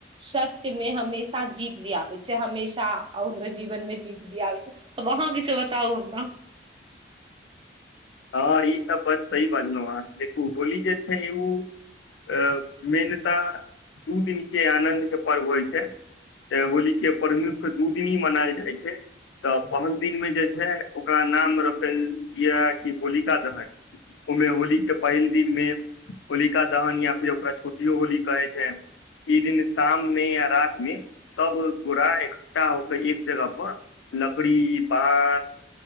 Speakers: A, on the right (about 25°); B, on the left (about 80°).
A: सत्य मे हमेशा जीत दियाबै छै हमेशा और हुनकर जीवन मे जीत दियाबै छै अहाँ किछो बताउ हमरा
B: हँ ई त बड सही बाजलू आहा देखू होली जे छै उ अ मेनता दू दिन के आनन्द के पर्व होइ छै तऽ होली के प्रमुख दू दिन हि मनायल जाइ छै तऽ पहिल दिनमे जे छै ओकरा नाम रखल यै कि होलिका दहन ओ मे होली के पहिल दिनमे होलिका दहन या फेर ओकरा छोटियो होली कहै छै ई दिन शाम मे या रति मे सब गोरा इक्ठा होकर एक जगह पर लकड़ी बाँस